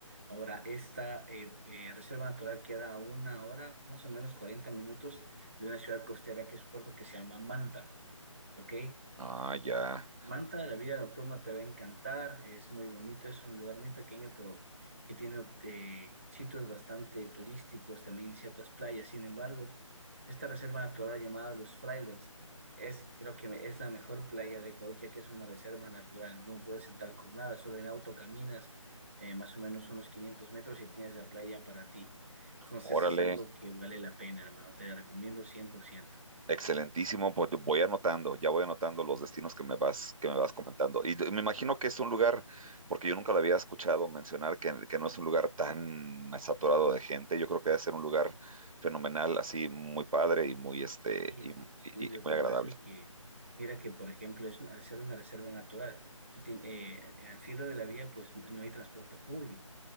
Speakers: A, on the right (about 25°); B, on the right (about 85°).
A: Ahora, esta eh, eh, reserva natural queda a una hora, más o menos 40 minutos de una ciudad costera que es Puerto que se llama Manta. ¿Ok?
B: ah, ya,
A: Manta, la vida nocturna te va a encantar, es muy bonito, es un lugar muy pequeño, pero que tiene eh, sitios bastante turísticos, también ciertas playas. Sin embargo, esta reserva natural llamada Los Frailers es, creo que es la mejor playa de Ecuador, ya que es una reserva natural, no puedes entrar con nada, solo en auto caminas eh, más o menos unos 500 metros y tienes la playa para ti. Entonces
B: órale,
A: es algo que vale la pena, hermano, te la recomiendo 100%.
B: excelentísimo, pues voy anotando, ya voy anotando los destinos que me vas, que me vas comentando. Y me imagino que es un lugar, porque yo nunca lo había escuchado mencionar, que, que no es un lugar tan saturado de gente, yo creo que debe ser un lugar fenomenal, así muy padre y muy, este,
A: Sí,
B: y, y-
A: sí,
B: y
A: lo
B: muy
A: que
B: agradable.
A: pasa es que, mira que, por ejemplo, es, un- al ser una reserva natural, tú tien- eh, al filo de la vía, pues no hay transporte público,